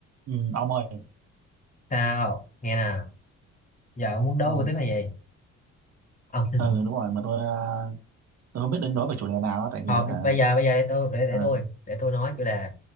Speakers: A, on the right; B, on the left.
A: Ừ, ông ơi
B: sao nghe nè giờ ông muốn đấu
A: ừ,
B: với tiếp hay gì ông <laughs>
A: ừ đúng rồi mà tôi à, tôi không biết đến nói về chủ đề nào á, tại
B: thôi
A: vì hả
B: bây giờ bây giờ để tôi để để
A: ờ,
B: tôi để tôi nói chủ đề